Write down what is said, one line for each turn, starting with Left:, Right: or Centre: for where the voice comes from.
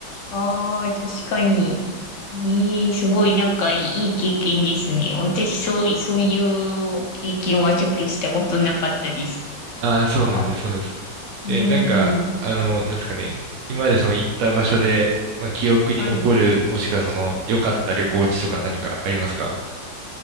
Left: ああ、確かに。ええ、すごい、なんかいい、いい経験ですね。私、そうい、そういう経験はちょっとしたことなかったです。
Right: ああ、そうなんです、
Left: あー、
Right: そうです。
Left: うん、
Right: えーなんか、あの、なんですかね。今までその行った場所で、まあ、記憶に残る、
Left: はい。
Right: もしくはその、良かった旅行地とか何かありますか